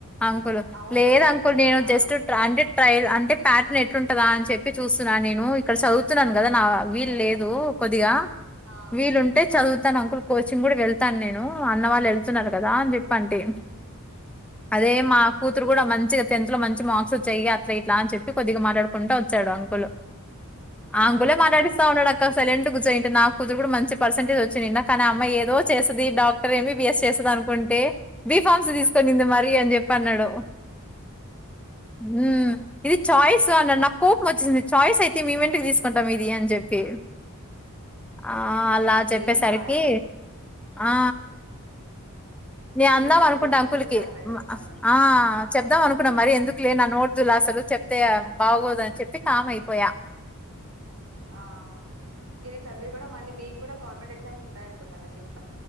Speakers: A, in the centre; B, on the right.
A: అంకులు
B: అవును
A: లేదు
B: మరి
A: అంకుల్ నేను
B: ఆ
A: జస్ట్ అంటే ట్రై అంటే ప్యాటర్న్ ఎట్లుంటదా అని చెప్పి చూస్తున్నాను నేను ఇక్కడ చదువుతున్నాను కదా నా వీలు లేదు కొద్దిగా
B: ఆ
A: వీలుంటే చదువు తాను అంకుల్ కోచింగ్ కూడా వెళ్తాను నేను అన్న వాళ్ళు ఎళ్తున్నారు కదా అని చెప్పి అంటి
B: ఉమ్
A: అదే మా కూతు <inaudible> కూడా మంచిగా టెన్త్ లో మంచి మార్క్స్ వచ్చాయి ఇగ అట్లా ఇట్లా అని చెప్పి కొద్దిగా మాట్లాడుకుంటా వచ్చాడు అంకులు అంకులే
B: ఓకే
A: మాట్లాడిస్ సైలెంట్ గుజ్జో నాకు కూతురు కూడా మంచి పర్సెంటేజ్ వచ్చినింద కానీ అమ్మాయి ఏదో చేస్తుది doctor M B B S చేస్తుది అనుకుంటే బి ఫార్మ్ సీ తీసుకునింది మరి అని చెప్పి అన్నాడు మ్మ్ ఇది ఛాయిస్ అన్నాడు నాకు కోపం వచ్చింది ఛాయిస్ అయితే మేం ఏంటికి తీసుకుంటాం ఇది అని చెప్పి తే ఆ ఆ అలా చెప్పేసరికి
B: ఏం చాయిస్
A: ఆ నే అందాం
B: దీని బెనిఫిట్స్
A: అనుకుంటా అంకుల్
B: దీనివి
A: కి
B: దాని బెనిఫిట్స్ దానివి
A: ఆ చెప్దాం అనుకున్నా మరి ఎందుకు లే నా నోట్ బ్దుల్ అసలు చెప్తే బాగోదని చెప్పి కామ్ ఐపోయా
B: ఆ మీరు చదివి కూడా మళ్ళీ మీకు కూడా గవర్నమెంట్ ఎగ్జామ్స్ ఉంటాయనుకుంట కదా దీన్న్